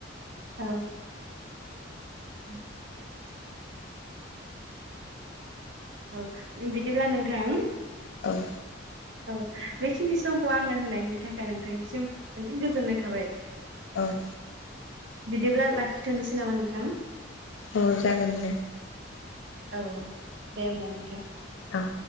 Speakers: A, on the right; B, on the left.
A: औ <inaudible> औ बिदिब्ला नोंथां
B: औ
A: औ बेखिनि समखौ आंनो होनायनि थाखाय नोंथांनिसिम माने गोजोननाय थाबाय।
B: औ
A: बिदिब्ला लाखिथ'नोसै नामा नोंथां?
B: अ जागोन दे।
A: औ दे होमबा नोंथां।
B: औ